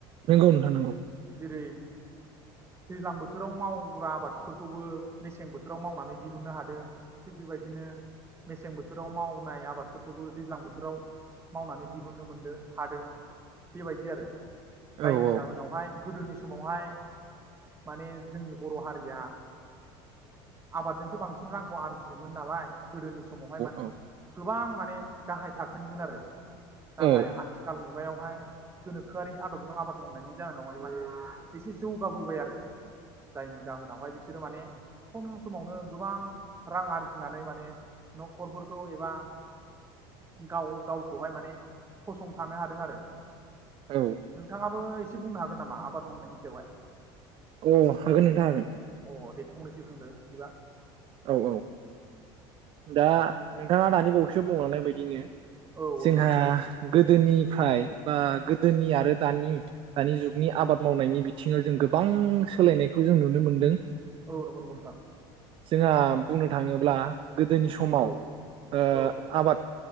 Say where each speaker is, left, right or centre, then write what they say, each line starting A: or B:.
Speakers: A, on the right (about 45°); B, on the right (about 20°).
A: नंगौ नोंथा नंगौ
B: जेरै दैज्लां बोथोराव मावग्रा आबादफोरखौबो मेसें बोथोराव मावनानै दिहुननो हादों थिग बेबायदिनो, मेसें बोथोराव मावनाय आबादफोरखौबो दैज्लां बोथोराव मावनानै दिहुनो मोनदों हादों बेबायदि आरो
A: औ
B: जायनि
A: औ
B: जाहोनावहाय, गोदोनि समावहाय माने जोंनि बर' हारिया आबादजोंसो बांसिन रांखौ आरजियोमोन नालाय, गोदोनि समावहाय माने
A: औ
B: गोबां माने गाहाय थाखोनिमोन आरो नाथाय
A: औ
B: आथिखाल मुग बिगायावहाय गोनोखोआरि आदबजों आबाद मावनायनि जाहोनावहाय माने एसे जौ बाबोबाय आरो जायनि जाहोनावहाय बिसोर बिसोरो माने खम समावनो गोबां रां आरजिनानै माने, न'खरफोरखौ एबा गाव गाव बहाय माने फसंथानो हादों आरो
A: औ
B: नोंथाङाबो एस इसे बुंनो हागोन नामा आबाद मावनायनि सायावहाय,
A: अ हागोन नोंथां हागोन,
B: अ दे फंनैसो बुंदो बिदिबा
A: औ औ दा नोंथाङा दानि बावैसो बुंलांनाय बायदिनो
B: औ औ
A: जोंहा
B: औ
A: गोदोनिफ्राय बा गोदोनि आरो दानि दानि जुग नि आबाद मावनायनि बिथिङाव जों गो बां सोलायनायखौ जों नुनो मोनदों,
B: औ नंगौ नंगौ नोंथां,
A: जोङा बुंनो थाङोब्ला गोदोनि समाव
B: औ
A: ओ
B: औ
A: आबाद